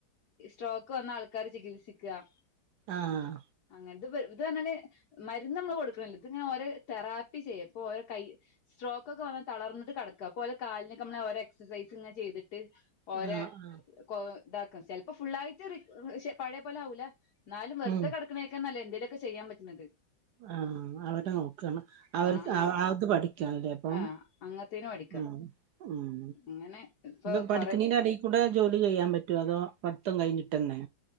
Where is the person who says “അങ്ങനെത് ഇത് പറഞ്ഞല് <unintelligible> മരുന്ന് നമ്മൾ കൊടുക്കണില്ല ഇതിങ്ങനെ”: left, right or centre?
Left